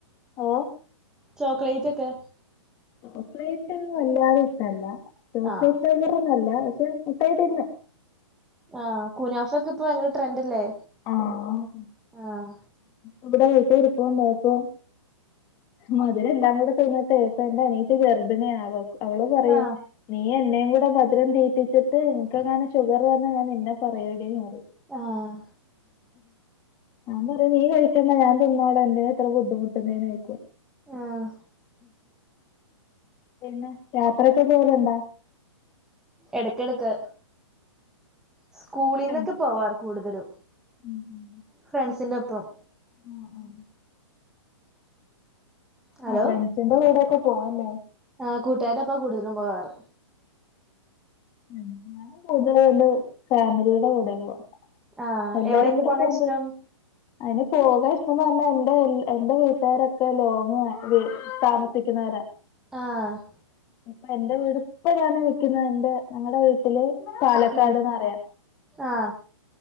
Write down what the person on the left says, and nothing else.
ഓ
ചോക്ളൈറ്റ് വല്ലാതെഷ്ട്ടല്ലാ ചോക്ലേറ്റ്
ന്നർനല്ലാ പഷെ ഫുഡൈറ്റിങ്ങ്
ആഹ്
ഇവിടെ ഏട്ടിരിപ്പുണ്ടായപ്പോ മധുരല്ലാങ്കൂടെ തിന്ന്ട്ടൈ പ്പന്റെ അനിയത്തി ഗർഭിണിയാ അവക് അവളുംപറയും
നീ എന്നേങ്കൂടെ മധ്രം തീറ്റിച്ചിട്ട് നിൻക്കങ്ങാനും ഷുഗർവന്നാ ഞാൻ നിന്നെ പറയൊടീന്നർ
അന്നറിം നീ കഴിക്കണ്ട ഞാൻ തിന്നോള എന്തിനാത്ര ബുദ്ധിമുട്ട്ന്നേ ന്നോയ്ക്കും
പിന്നെ യാത്രയൊക്കെ പോവല്ണ്ടാ
ഉണ്ട്.
ഉം ഉം
ആഹ് ആഹ്
ആഹ് ഫ്രണ്ട്സിന്റെ കൂടൊക്കെ പോവല്ലേ
ഉം ഞങ്ങള് കൂടുതലുവ്ടെ ഫാമിലിയുടെ കൂടെ പോവാ
എല്ലാരും
കൂടെ
പോകുമ്പം
അതിന് പോകാഇഷ്ടം വേണ്ടാ എന്റെ എന്റെ വീട്ടുകാരൊക്കെ ലോങ് <unintelligible> താമസിക്കുന്നവരാ
അപ്പൊ എന്റെ വീട് പ്പൊ ഞാന് നിക്കുന്നഹ് എൻ്റെ ഞങ്ങളടെ വീ വീട്ടില് പാലക്കാട്ന്നറയാ